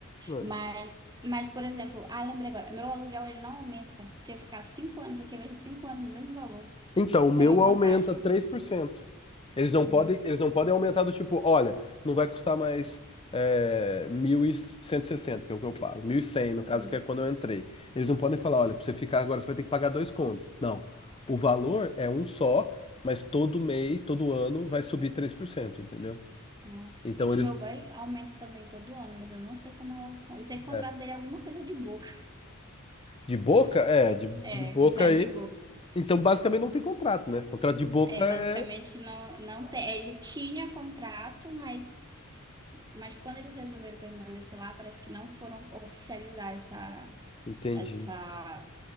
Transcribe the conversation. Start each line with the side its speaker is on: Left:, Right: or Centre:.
Left: é.
Right: Mas, mas, por exemplo, ah, lembrei agora, meu aluguel ele não aumenta. Se eu ficar cinco anos aqui, vai ser cinco anos o mesmo valor.
Left: Então, o meu
Right: Foi uma vantagem,
Left: aumenta 3%. Eles não
Right: né?
Left: podem, eles não podem aumentar do tipo, olha, não vai custar mais é, mil e cento e sessenta, que é o que eu pago. mil e cem no
Right: Uhum.
Left: caso, que é quando eu entrei. Eles não podem falar, olha, para você ficar agora, você vai ter que pagar dois contos. Não. O valor é um só, mas todo mês, todo ano, vai subir 3%, entendeu?
Right: Não.
Left: Então,
Right: O do
Left: eles...
Right: meu boy aumenta também todo ano, mas eu não sei como é o. con- Eu sei que o contrato
Left: é,
Right: dele é alguma coisa de boca.
Left: de boca?
Right: <laughs>
Left: É, de, de
Right: É,
Left: boca
Right: contrato
Left: aí.
Right: de boca.
Left: Então, basicamente, não tem contrato, né? Contrato de boca
Right: É, basicamente
Left: é...
Right: não, não tem. Ele tinha contrato, mas Mas quando eles resolveram permanecer lá, parece que não foram oficializar essa,
Left: Entendi.
Right: essa,